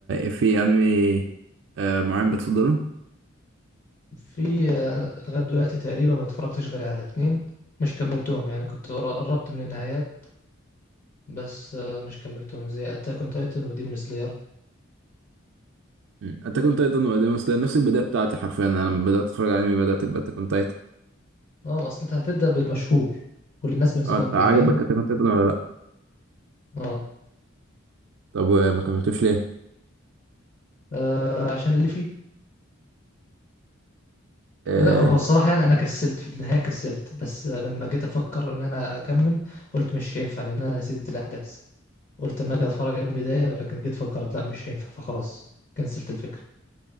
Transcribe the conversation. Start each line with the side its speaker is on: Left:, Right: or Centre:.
Right: في انمي آه، معين بتفضله؟
Left: في آه، لغاية دلوقتي تقريبا ما اتفرجتش غير على اتنين مش كملتهم يعني كنت قر- قربت من النهايات بس آه، مش كملتهم زي اتاك اون تايتن وديمون سلاير
Right: مم. انت كنت ايضا ولا ديمون سلاير؟ نفس البداية بتاعتي حرفيا انا لما بدأت اتفرج على انمي بدأت تبقى انت كنت ايضا.
Left: اه اصل انت هتبدأ بالمشهور واللي الناس بينصحوك
Right: اه انت
Left: بيه
Right: عجبك
Left: فاهم
Right: انت كنت ايضا ولا لا؟
Left: اه
Right: طب وما كملتوش
Left: آه، عشان اللي فيه
Right: ليه؟
Left: لا هو الصراحة يعني أنا كسلت في النهاية كسلت بس آه، لما جيت أفكر إن أنا أكمل قلت مش هينفع لأن أنا نسيت الأحداث قلت أما أجي أتفرج عليه من البداية لكن جيت فكرت لا مش هينفع فخلاص كنسلت الفكرة